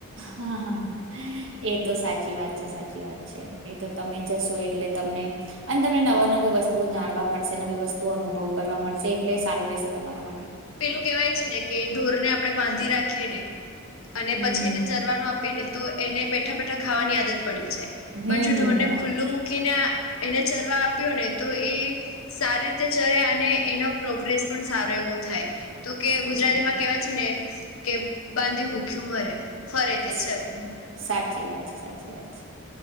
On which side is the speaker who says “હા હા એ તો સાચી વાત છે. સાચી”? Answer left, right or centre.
Right